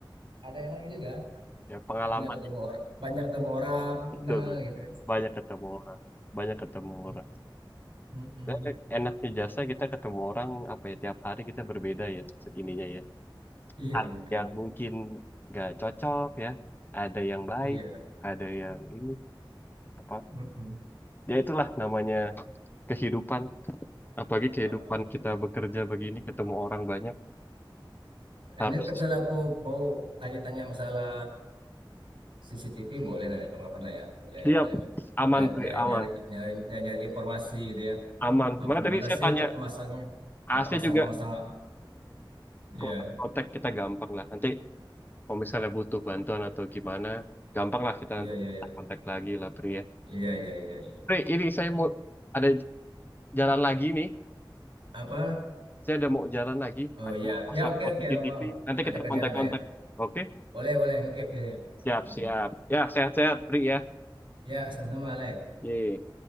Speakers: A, on the right; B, on the left.
A: ada enaknya juga
B: ya pengalaman
A: banyak ketemu orang banyak ketemu orang
B: betul,
A: kenal
B: betul.
A: gitu
B: Banyak ketemu orang, banyak ketemu
A: Mm,
B: orang.
A: mm, mm.
B: Dan enaknya jasa kita ketemu orang apa ya tiap hari kita berbeda ya ininya ya.
A: iya
B: Ada
A: betul
B: yang mungkin nggak cocok ya, ada yang baik,
A: iya
B: ada yang ini apa.
A: Mm-mm.
B: Ya itulah namanya kehidupan Apalagi kehidupan
A: Uh-uh.
B: kita bekerja begini, ketemu orang banyak, harus
A: ini kalau misalnya aku mau tanya-tanya masalah CCTV boleh dari kapan-kapan lah ya boleh
B: siap, aman,
A: boleh
B: Pri,
A: nyari-nyari
B: aman,
A: nyari-nyari nyari informasi gitu ya
B: aman.
A: apa
B: Maka
A: gimana
B: tadi saya
A: sih
B: tanya,
A: tak masangnya
B: AC
A: eh, masang
B: juga
A: masang iya
B: kontak kontak kita gampang lah. Nanti kalau misalnya butuh bantuan atau gimana, gampang lah kita
A: iya iya iya
B: kontak lagi lah, Pri ya.
A: iya iya iya iya.
B: Pri, ini saya mau ada jalan lagi nih.
A: apa
B: Saya ada mau jalan lagi,
A: oh
B: ada
A: ya
B: mau pasang
A: ya oke
B: CCTV.
A: oke apa
B: Nanti
A: ada
B: kita
A: kerjaan
B: kontak-kontak.
A: ada ya
B: Oke,
A: boleh boleh oke oke
B: siap-siap.
A: Mm.
B: Ya, sehat-sehat, Pri ya.
A: ya sama-sama Alex
B: Yeay.